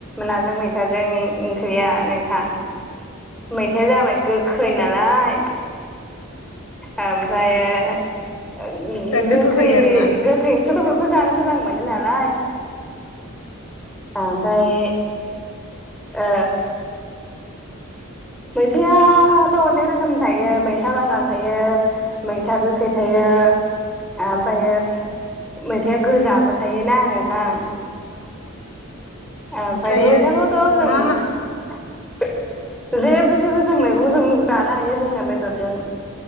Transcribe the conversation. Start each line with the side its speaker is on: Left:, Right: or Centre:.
Centre: नाजों मैथाजों ओंख्रिया नोंथां। मैथाया जाबाय गोखै नालाय ओमफ्रायो
Left: बिराद
Centre: गोखै
Left: गोथाव जायो आरोना
Centre: गो खै ओंख्रि खौथ' बयबो जानो मोजां मोनो नालाय
Left: उ
Centre: ओमफ्राय ओ मैथायायाथ' अनेक रोखोमनि थायो मैथा बांगाल थायो मैथा गोखै थायो ओमफ्रायो मैथाया गोजाबो थायोना नोंथां ओमफ्राय
Left: ओमफ्रायो
Centre: मैथाखौथ' जों
Left: मा मा
Centre: जेबो- जेबो जों मैगंजों जानो हायो जोङो बेदरजों